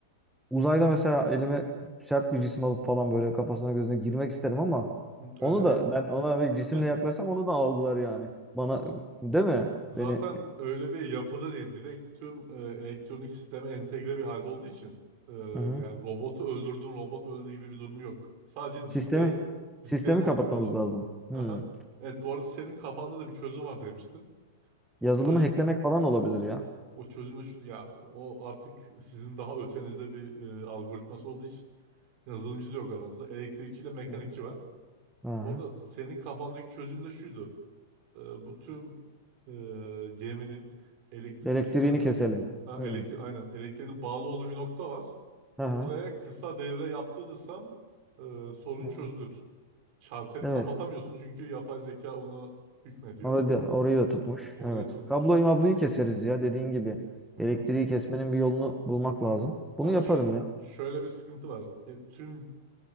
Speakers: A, in the centre; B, on the right.
A: uzayda mesela elime sert bir cisim alıp falan böyle kafasına gözüne girmek isterim ama
B: Hı. Öyle
A: onu
B: bir
A: da ben ona bir cisimle
B: <laughs>
A: yaklaşsam onu da algılar yani. Bana değil mi?
B: zaten
A: Beni
B: öyle bir yapıda değil. Direkt tüm e, elektronik sisteme entegre bir halde olduğu için e,
A: Hı hı.
B: yani robotu öldürdün robot öldü gibi bir durum yok. Sadece disklerin
A: sistemi
B: disklerin
A: sistemi
B: olduğu
A: kapatmamız
B: bir oda var.
A: lazım. Hmm.
B: Aha. Evet bu arada senin kafanda da bir çözüm var demiştim. O
A: Yazılımı
B: çözüm
A: hacklemek falan olabilir ya.
B: o çözüm de şu ya o artık sizin daha ötenizde bir e, algoritması olduğu için yazılımcı da yok aranızda. Elektrikçiyle mekanikçi
A: Hı hı.
B: var.
A: Aha.
B: Orada senin kafandaki çözüm de şuydu. Ee, bu tüm e, geminin elektrik
A: Elektriğini
B: sisteminin
A: keselim.
B: ha,
A: Hı.
B: elektrik aynen elektriğinin bağlı olduğu bir nokta var.
A: Aha.
B: Oraya kısa devre yaptırırsam e, sorun
A: Hı hı.
B: çözülür. Şalteri
A: Evet.
B: kapatamıyorsun çünkü yapay zeka onu hükmediyor.
A: Orayı da, orayı da tutmuş.
B: Orayı
A: Evet.
B: tutmuş.
A: Kabloyu mabloyu keseriz ya dediğin gibi.
B: Hı
A: Elektriği
B: hı.
A: kesmenin bir yolunu bulmak lazım. Bunu
B: Ama
A: yaparım
B: ş-
A: ya.
B: şöyle bir sıkıntı var. E, tüm